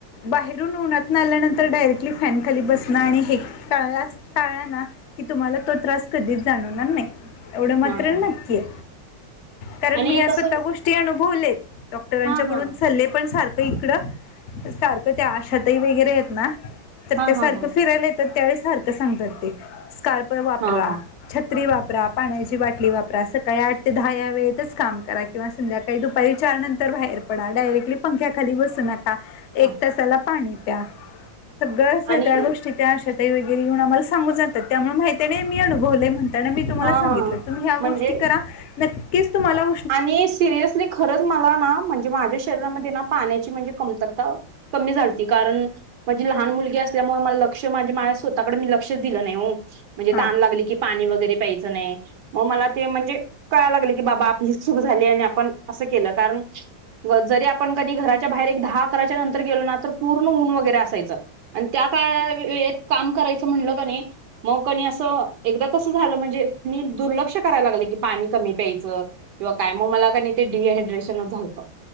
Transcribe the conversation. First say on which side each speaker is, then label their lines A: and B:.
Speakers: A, on the left; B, on the right.
A: बाहेरून उन्हात न आल्यानंतर डायरेक्टली फॅन खाली बसणं आणि हे काळलाच टाळला ना की तुम्हाला तो त्रास कधीच जाणवणार नाही एवढं मात्र
B: हा हा
A: नाही तिये कारण
B: आणि
A: मी ह्या
B: कसं
A: स्वतः गोष्टी अुभवल्यात डॉक्टरांच्याकडून
B: हा हा
A: सल्ले पण सारखं इकडं सारखं त्या आशातही वगैरे आहेत ना तर
B: हा
A: त्या सारखं
B: हा हा
A: फिरायला येतात त्यावेळी सारखं सांगतात ते <unintelligible> वापरा
B: हा हा
A: छत्री वापरा पाण्याची बाट बाटली वापरा सकाळी आठ ते दहा या वेळेतच काम करा किंवा संध्याकाळी दुपारी चारनंतर बाहेर पडा डायरेक्टली पंख्या खाली बसू नका, एक
B: हा
A: तासाला पाणी प्या सगळ स
B: आणि
A: त्या गोष्टी त्या आशाताई वगैरे येऊन आम्हाला सांगून जातात त्यामुळे माहिती नाही मी अनुवले म्हण त्यांना मी तुम्हाला
B: हा
A: सांगितलं
B: हा
A: तुम्ही ह्या
B: म्हणजे
A: गोष्टी करा नक्कीच तुम्हाला <unintelligible>
B: आणि सिरियसली खरंच मला ना म्हणजे माझ्या शरीरामधेना पाण्याची म्हणजे कमतरता कमी झालती, कारण माझी लहान मुलगी अस तर मग मला लक्ष म्हणजे माझ्या स्वतःकडे मी लक्षच दिलं नाही म्हण म्हणजे
A: हा
B: तहान लागली की पाणी वगैरे प्यायच नाही मग मला ते म्हणजे कळायला लागलं की बाबा आपण चूक झाली आणि आपण असं केलं कारण जरी आपण कधी घराच्या बाहेर एक दहा अकराच्या नंतर गेलो ना तर पूर्ण ऊन वगैरे असायचं आणि त्या काय एक काम करायचं म्हणलं का नाही मग कोणी असं एकदा तसं झालं म्हणजे मी दुर्लक्ष करायला लागलं की पाणी कमी प्यायचं किंवा कायम म मला का नाही ते डिहायड्रेशनच झालतं